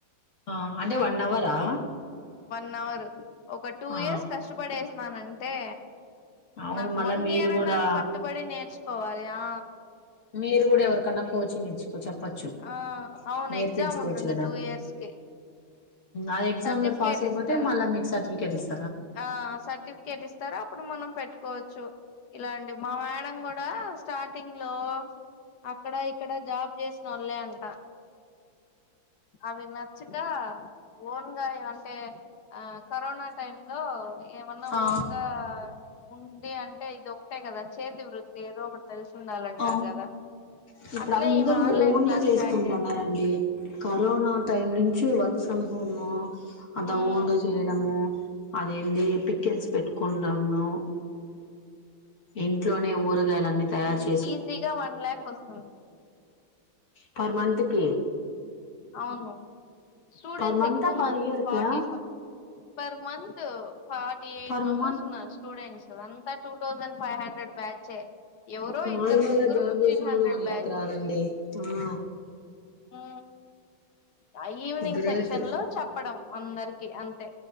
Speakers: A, on the left (about 40°); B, on the left (about 60°).
A: ఆ అది వన్ అవరా
B: న్ అవర్ ఒక టూ
A: ఆ
B: ఇయర్స్ కష్టపడేసన్నానం టే
A: అవును
B: నాకు
A: మళ్ళా
B: వన్
A: మీరు
B: ఇయరే
A: కూడా
B: పట్టుబడి నేర్చు పోవాలి ఆ
A: మీరు కూడా ఎవరికన్నా కోచింగ్ ఇచ్చుకోవచ్ చె ప్పొచ్చు
B: ఆ అవును
A: నేర్పించుకోచ్చు
B: ఎగ్జామ్ ఉంటుంది
A: కదా
B: టూ ఇయర్స్ కి
A: ఆహ్ ఎగ్జామ్
B: సర్టిఫికేట్
A: లో పాస్ అయిపోతే
B: ఇస్తారు
A: మళ్ళ మీకు సర్టిఫికేట్ ఇస్
B: ఆ సర్టిఫికేట్ ఇస్తారూ అప్పుడు మనం పెట్టుకోవచ్చు. ఇలా అండి మా మేడం కూడా స్టార్టింగ్ లో అక్కడ ఇక్కడ జాబ్ చేస్ నోలే అంట అవే నా చక ఓన్గాయ అంటే ఆ కరోనా టైమ్ లో ఏమన్నా
A: ఆ
B: ఓన్ గా ఉంది అంటే ఒకటే కదా చేతి వృత్తి ఏదో తెలిసుండాలంటారు
A: అవును
B: కదా
A: ఇప్పుడు
B: అట్లే
A: అందరు
B: ఈమె ఆన్లైన్
A: ఓన్
B: క్లాస్
A: గా చేసుకుంటున్నారండి
B: స్టార్ట్ చేసి
A: కరోనా టైమ్ చ్చి వర్క్ ఫ్రమ్ హోమ్ అంత
B: ఉమ్,
A: ఓన్ చేయడము అదేంది పికెల్స్ పెట్టుకొండము ఇం ట్లోనే ఊరగాయలన్నీ తయారు చే
B: ఈసీగా వన్ ల్యాక్ వస్తుం
A: పర్ మంత్ కి
B: అవును స్టూడెంట్స్
A: పర్ మంతా
B: ఎక్కువ
A: పర్
B: మంది
A: ఇయర్
B: ఫార్టీ
A: కా
B: ఫ per month forty eight
A: per
B: members
A: Mann
B: ఉన్నారు స్టూడెంట్స్ అంత. టూ తౌసండ్ ఫై హండ్రెడ్ బ్యాచే ఎవరో
A: నార్మల్గా
B: ఇద్దరు ముగ్గురు
A: జాబ్
B: ఫిఫ్టీన్
A: చేసినా
B: హండ్రెడ్
A: కూడా వన్ లాక్ రాదండి ఆ
B: ఉ ఆ ఈవినింగ్
A: గ్రేట్
B: సెక్షన్ లో చెప్పడం అందరికి అంతే